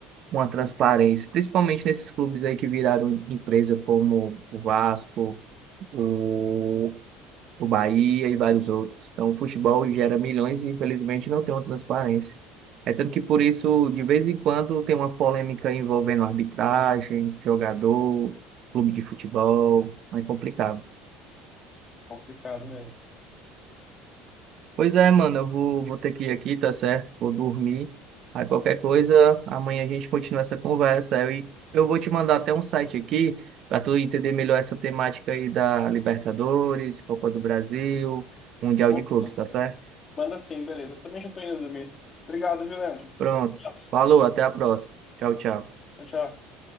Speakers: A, on the right (about 55°); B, on the left (about 35°).
A: uma transparência, principalmente nesses clubes aí que viraram empresa como o Vasco, o o Bahia e vários outros. Então, o futebol gera milhões e, infelizmente, não tem uma transparência. É tanto que, por isso, de vez em quando tem uma polêmica envolvendo arbitragem, jogador, clube de futebol. É complicado.
B: Complicado mesmo.
A: Pois é, mano, eu vou, vou ter que ir aqui, tá certo? Vou dormir. Aí, qualquer coisa, amanhã a gente continua essa conversa. Eu, eu vou te mandar até um site aqui para tu entender melhor essa temática aí da Libertadores, Copa do Brasil, Mundial
B: Opa,
A: de Clubes, tá certo?
B: manda sim, beleza. Também já tô indo dormir. Obrigado, viu, Leandro?
A: Pronto.
B: Abraço.
A: Falou, até a próxima. Tchau, tchau.
B: Tchau, tchau.